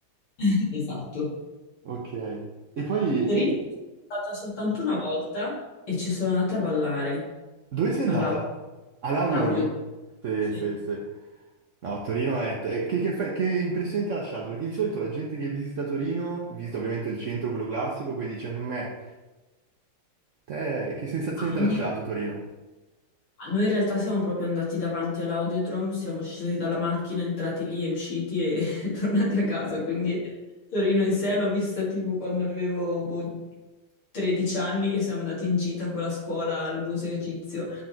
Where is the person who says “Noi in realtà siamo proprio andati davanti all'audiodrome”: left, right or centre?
Left